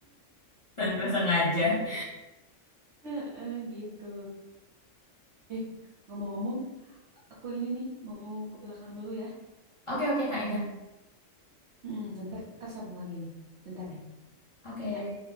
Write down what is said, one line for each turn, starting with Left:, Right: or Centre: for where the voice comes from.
Left: Tanpa sengaja.
Right: <laughs> Heeh, gitu. Eh, ngomong-ngomong, aku ini nih mau ke belakang dulu ya.
Left: Oke oke Kak Ega.
Right: Hmm, ntar, ntar sambung lagi nih. Bentar ya.
Left: Oke.
Right: Ya,